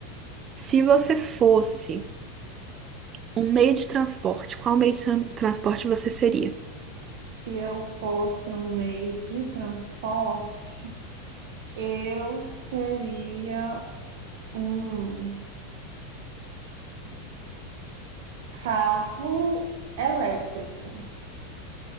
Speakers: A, on the right (about 30°); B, on the right (about 60°).
A: Se você fosse um meio de transporte, qual meio de tran- transporte você seria?
B: Se eu fosse um meio de transporte, eu seria um carro elétrico.